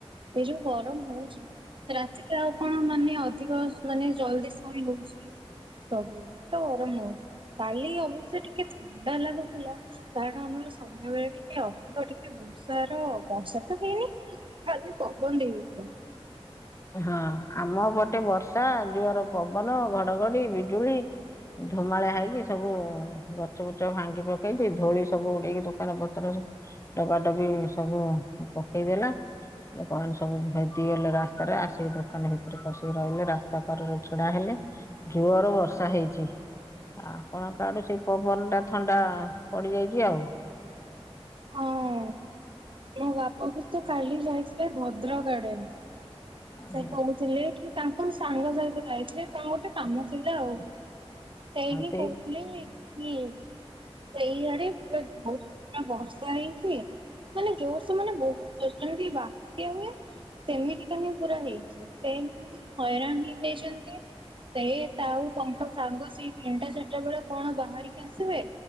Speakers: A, on the right; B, on the left.
A: ଏ ଯୋଉ ଗରମ ହଉଛି ରାତିରେ ଆଉ କଣ ମାନେ ଅଧିକ ମାନେ ଜଲଦି ସୋଇ ହଉଛି ପ୍ରଭୁ ତ ହଁ କାଲି ହଉଚି ଟିକେ ଥ ଥଣ୍ଡା ଲାଗୁ ଥିଲା। କାରଣ ସନ୍ଧ୍ୟାବେଳେ ଟିକେ ଅଧିକ ଟିକେ ବର୍ଷାର ବର୍ଷା ତ ହେଇନି। ଖାଲି ପବନ ହେଇଯାଇଥିଲା।
B: ହଁ ଆମ ପଟେ ବର୍ଷା ଯୋଆର ପବନ ଘଡଘଡି ବିଜୁଳି। ଧୁମାଳିଆ ହେଇକି ସବୁ ଗଛ ବୁଛ ଭାଙ୍ଗି ପକେଇଛି ଧୋଳି ସବୁ ଉଡେଇକି ଦୋକାନ ପତ୍ର ସ ଡବାଡବି ସବୁ ପକେଇଦେଲା। ଲୋକମାନେ ସବୁ ହେଟି ଟିଏଲ୍ ରାସ୍ତାରେ ଆସି ଦୋ ଦୋକାନ ଭିତରେ ପଶିକି ରହିଲେ ରାସ୍ତା କରରେ ଛିଡା ହେଲେ ଯୋଅର ବର୍ଷା ହେଇଛି। ଆପଣଙ୍କ ଆଡେ ସେଇ ପବନ ଟା ଥଣ୍ଡା ପଡିଯାଇଛି ଆଉ।
A: ହଁ ମୋ ବାପ କ ତ କାଲି ଯାଇଥିଲେ ଭଦ୍ରକ ଆଡେ।
B: ହଁ
A: ସେ କହୁଥିଲେ କି ତାଙ୍କ ସାଙ୍ଗ ସହିତ ଯାଇଥିଲେ। ତାଙ୍କ ଗୋଟେ କାମ ଥିଲା ଆଉ ସେଇ ହିଁ
B: ସେଇ
A: କହୁଥିଲେ କିଏ ସେଇଆଡେ ପୁରା ବହୁତୁ ସାରା ବର୍ଷା ହେଇ କିଏ ମାନେ ଜୋର ସେ ମାନେ ବହୁତ୍ ଯୋର୍ ସୋରେ ବାତ୍ୟା ହୁଏ। ସେମିତି କାଲି ପୁରା ହେଇଛି ସେ ବି ବହୁତ ହଇରାଣ ହେଇଯାଇଚନ୍ତି। ସେଏ ତାଉ ତାଙ୍କ ସାଙ୍ଗ ସେଇ ତିନିଟା ଚାରିଟା ବେଳେ କଣ ବାହାରିକି ଆସିବେ।